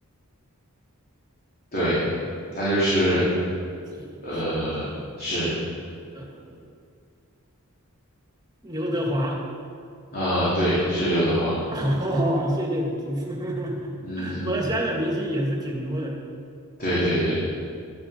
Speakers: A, on the left; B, on the right.
A: 对，他就是
B: 几
A: 呃是
B: 呃刘德华，
A: 啊、对，是刘德华，
B: <laughs> 哦，谢谢你提示，<laughs>
A: 嗯哼，
B: 我香港明星也是挺多的
A: 对对对，